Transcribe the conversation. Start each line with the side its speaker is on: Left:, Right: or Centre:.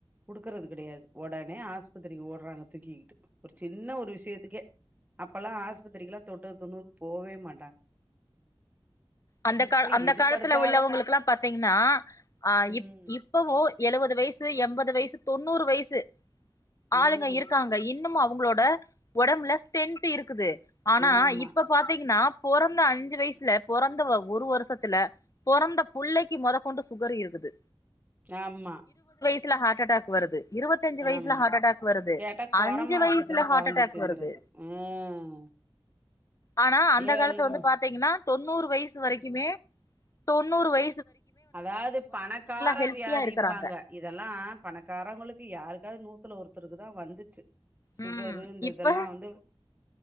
Right: குடுக்குறது கடையாது ஒடனே ஆஸ்பத்திரிக்கு ஓட்றாங்க தூக்கிக்கிட்டு ஒரு சின்ன ஒரு விஷயத்துக்கே அப்பல்லா ஆஸ்பத்திரிக்லா தொட்டது தொண்ணூறுக் போவே மாட்டாங்க
Left: அந்த
Right: இப்ப
Left: கால் அந்த
Right: எதுக்கடுத்தாலு
Left: காலத்து ல உள்ளவங்களுக்குல்லா பாத்தீங்கன்னா அ
Right: ம்
Left: இப் இப்பவு எழுவது வயசு எம்பது வைசு தொண்ணூறு வைசு ஆளுங்க
Right: ம்
Left: இருக்காங்க இன்னுமு அவ்ங்களோ ட ஒடம்புல ஸ்டென்த்து இருக்குது ஆனா
Right: ஆமா
Left: இப்ப பாத்தீங்கன்னா பொறந்த அஞ்சு வைஸ்ல பொறந் த ஒரு வர்ஷத்துல பொறந்த புள்ளைக்கு மொதக் கொண்டு சுகர் இருக்குது
Right: ஆமா
Left: ஸ்ல ஹாட்டட்டாக் வருது இருவத்தஞ்சு வைஸ்ல
Right: ஆமா
Left: ஹாட்டட்டாக் வருது
Right: கேட்டா கொற
Left: அஞ்சு
Right: மாசத்துல
Left: வைஸுல ஹாட்டட்டாக்
Right: பொறந்துச்சுங்கிறது
Left: வருது
Right: ம்
Left: ஆனா அந்த
Right: ஏழுமா
Left: காலத்து வந்து பாத்தீங்கன்னா தொண்ணூறு வை வரைக்குமே தொண்ணூறு வை
Right: அதாவ்து பணக்கார
Left: ஹெல்த்தியா
Right: வியாதிம்பாங்க
Left: இருக்கறாங்க
Right: இதெல்லா பணக்காரவ்ங்களுக்கு யாருக்காவ்து நூத்துல ஒரு த்தருக்குதா வந்துச்சு சுகரு
Left: ம்
Right: இந்த
Left: இப்ப
Right: இதெல்லாம் வந்து